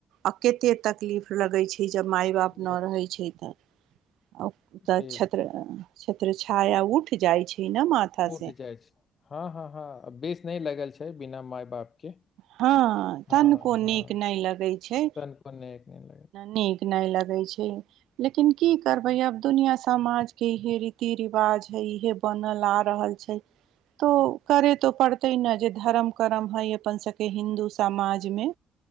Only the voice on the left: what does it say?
बेस
बेस
उठ
जाइ छै हँ हँ हँ बेस नहि लगल छै बिना माय बाप के
हँ
हँ
<unintelligible>